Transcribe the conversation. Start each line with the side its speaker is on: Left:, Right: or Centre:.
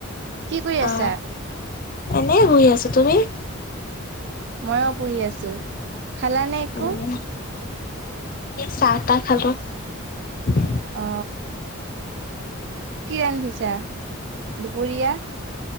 Right: কি কৰি আছা
Left: অ এনেই বহি আছো তুমি <inaudible>
Right: মইয়ো পঢ়ি আছো খালাানে একো
Left: উম চাহ খালো <inaudible>
Right: অ কি ৰান্ধিছা দুপৰীয়া